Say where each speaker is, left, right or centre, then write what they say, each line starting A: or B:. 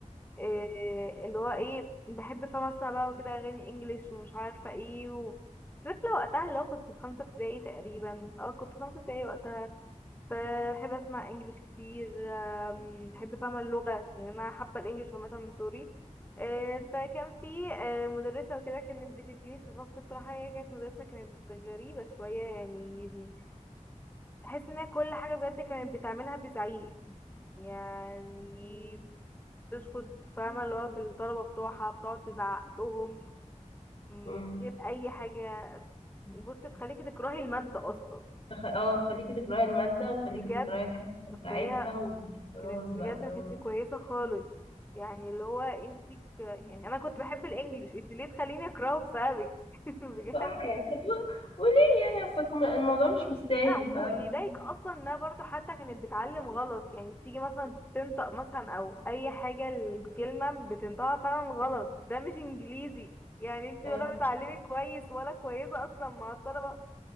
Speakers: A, on the left (about 15°); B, on the left (about 50°).
A: إيه اللي هو ايه بحب فاهمة اسمع بقى وكده اغاني انجليش ومش عارفة ايه و... طفلة وقتها اللي هو كنت في خمسة ابتدائي تقريبا اه كنت في خمسة ابتدائي وقتها بحب اسمع انجليش كتير آم، بحب فاهمة اللغة يعني انا حابة الانجليش عامة من سوري آه، فكان في آه، مدرسة وكده كانت بتديني في الفصل بصراحة هي كانت مدرسة كانت غريبة شوية يعني تحس انها كل حاجة بجد كانت بتعملها بزعيق يعني تشخط فاهمة اللي هو في الطلبة بتوعها بتقعد تزعق لهم من
B: أمم،
A: غير أي حاجة بص تخليكي تكرهي المادة أصلا
B: تخ... اه تخليكي تكرهي المادة وتخليكي
A: بجد
B: تكرهي الحصة بتاعتها
A: فهي
B: وخلاص
A: كانت
B: بقى
A: بجد
B: اللي
A: ما
B: هو
A: كانتش كويسه خالص يعني اللي هو انت ك... يعني انا كنت بحب الانجليش انت ليه تخليني اكرهه بسببك <laughs> بجد
B: صح يعني طب و- وليه يعني اصلك م- الموضوع مش مستاهل
A: لا واللي
B: فاهم
A: يضايق اصلا انها برضو حتى كانت بتعلم غلط يعني تيجي مثلا تنطق مثلا او اي حاجه الكلمه بتنطقها فعلا غلط ده مش انجليزي يعني انت
B: يعني
A: ولا بتعلمي كويس ولا كويسه اصلا مع الطلبه